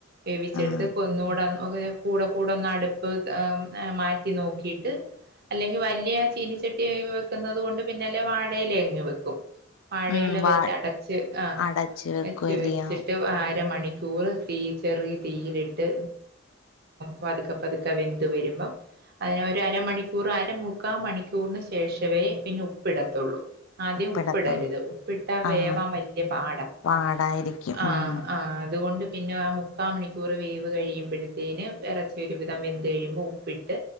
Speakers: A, on the right; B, on the left.
A: വേവിച്ചെടുത്ത്
B: ആഹ്
A: കൊന്നുകൂടാൻ ഒക്കെ..... കൂടെ കൂടെ ഒന്ന് അടുപ്പ് മാറ്റി നോക്കിയിട്ട് അല്ലെങ്കിൽ വലിയ ചിനി.... വെട്ടി ഒഴിവെക്കുന്നത് കൊണ്ട് പിന്നെല്ലെ വാഴയിലേങ്ങു വെക്കും..... വാഴയെല്ല
B: ഉം വാ
A: വെച്ച് അടച്ച് ആഹ്
B: അടച്ച് വെക്കുവല്ലയോ
A: അച്ച് വെച്ചിട്ട് അരമണിക്കൂർ.... തീ ചെറിയ തീയിലിട്ട് പതുക്കെ പതുക്കെ വെന്ന്ത് വരുമ്പം..... അയിനെ ഒര് അരമണിക്കൂർ അരമുക്കാ മണിക്കൂറിന് ശേഷവേ പിന്നെ ഉപ്പിടത്തെള്ളൂ ആദ്യം
B: ഉപ്പിടത്തോ
A: ഉപ്പിടരുത് ഉപ്പിട്ടാ വേവാൻ
B: ആഹ്
A: വല്ല്യാ പാടാ
B: പാടായിരിക്കും
A: ആഹ്
B: ഉം
A: ആഹ് അത്കൊണ്ട് പിന്നെ ആ മുക്കാ മണിക്കൂർ വേവ് കഴിയുമ്പോഴത്തേന് ഇറച്ചി ഒരു വിധം വെന്ത് കഴിയുമ്പോ ഉപ്പിട്ട്